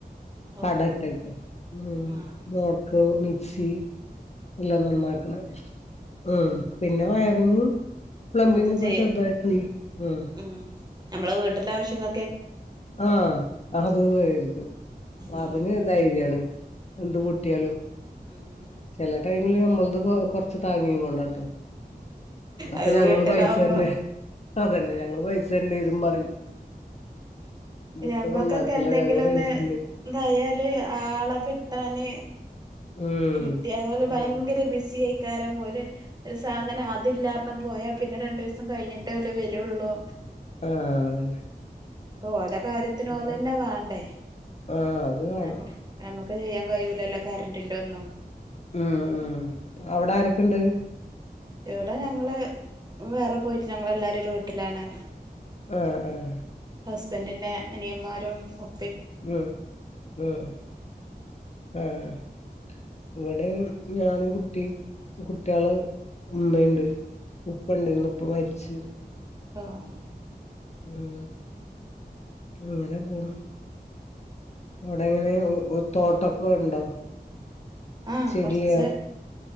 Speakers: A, on the right; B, on the left.
A: ഓ
B: കടട്ടക്ക് ഉ
A: ആ
B: മോട്ടർ മിക്സി ഇല്ല നന്നാക്കണം ഉം പിന്നെ വയറിങ്ങും പ്ലംബിങ്
A: അതും
B: ഒക്കെ
A: ചെയ്യ
B: ചെറുതായിട്ടുണ്ട് ആ
A: ഉം നമ്മളെ വീട്ടിലെ ആവശ്യങ്ങ
B: ആഹ് അത്. <unintelligible>
A: ഉം
B: അതിന് ധൈര്യാണ് എന്ത് പൊട്ടിയാലും.
A: ഉം
B: ചെല ടൈമില് ഞമ്മള്ത് കൊ കൊർച്ച് താങ്ങികൊണ്ടാണ്‌ട്ടോ. അപ്പൊ
A: അത്
B: ഞങ്ങള്
A: വീട്ടിലാവുമ്പോ
B: പൈസ തന്നെ അതന്നെ ഞങ്ങള് പൈസ തരെഡി രും പറയും ഇവിടുത്തെ
A: ഉ ഞമ്മക്കൊക്കെ
B: നന്നാക്കൂല
A: എന്തെങ്കിലും
B: ഞങ്ങള് പൈസ
A: ഒന്ന്
B: തരേണ്ടി വരും
A: എന്തായാല് ആളൊക്കെ താന്
B: ഉം
A: കിട്ടിയാൽ ഭയങ്കര
B: അതന്നെ
A: ബിസിഎയ് കാരം പോലെ ഒരു സാധനം അതില്ലാണ് പറഞ്ഞു പോയാ പിന്നെ രണ്ടു ദിവസം കഴിഞ്ഞിട്ടേ ഓല് വരുള്ളൂ
B: ആഹ അതന്നെ
A: ഓലെ കാര്യത്തിനോലെന്നെ
B: ആ
A: വേണ്ടേ
B: ആഹ് അത് കാണാം
A: നമ്മക്ക് നമുക്ക് ചെയ്യാൻ കഴിൂല്ലല്ലോ കറന്റിന്റെ ഒന്നും
B: ഉം ഉം അവിടെ ആരൊക്കെുണ്ട്
A: എവിടെ ഞങ്ങള് വേറെ പോയിട്ട് ഞങ്ങള് എല്ലാരുംരു വീട്ടിലാണ്
B: ആ ആ
A: ഹസ്ബൻഡിന്റെ അനിയന്മാരും ഒ
B: ഉം ഉം ആഹ് ഇവിടെ ഞാനും കുട്ടിയും കുട്ട്യാളും ഇമ്മയുണ്ട്. ഉപ്പ ണ്ടേര്ന്നു ഉപ്പ മരിച്ച്.
A: ആഹ്.
B: ഉം അങ്ങനെ പോണ് ഒടെങ്ങനെ ഒ തോട്ടൊക്കെ ഉണ്ടോ?
A: ആഹ്
B: ചെടിയാ
A: കൊർച്ച്